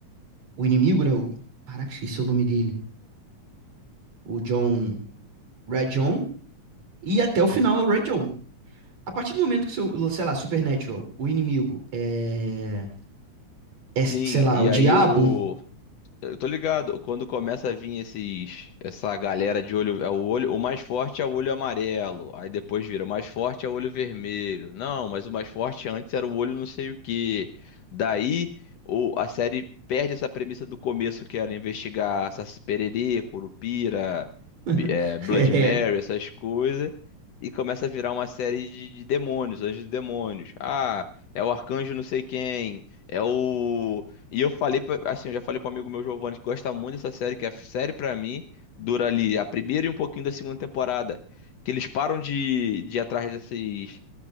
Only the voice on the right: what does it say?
o inimigo, né? O, caraca, esqueci o nome dele. O John. Red John. E até o final é o Red John. A partir do momento que, seu, sei lá, Supernatural, o inimigo é. É, sei
lá,
o diabo.
<laughs>
É.